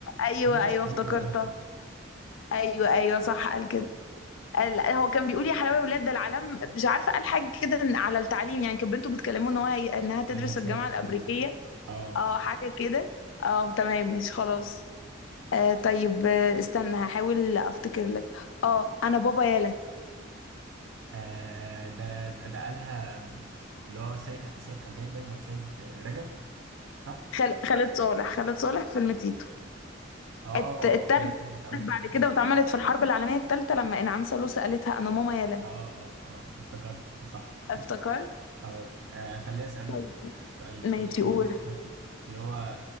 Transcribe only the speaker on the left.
أيوه
أيوه افتكرتها
أيوه أيوه صح قال كده قال لا، هو كان بيقول يا حلاوة يا ولاد ده العالم مش عارفة قال حاجة كده إن- على التعليم يعني كانت بنته بتكلمه إن هو هي... إنها تدرس
في الجامعة الأمريكية
اه حاجة كده اه تمام مش خلاص آه طيب آه، استنى هحاول أفتكر لك اه أنا بابا يالا
خال... خالد صالح خالد صالح فيلم تيتو
ات- اتاخدت
بعد
كده واتعملت في الحرب العالمية الثالثة لما انعام سالوسة قالتها انا ماما يلا
افتكرت
طيب.
ماشي
قول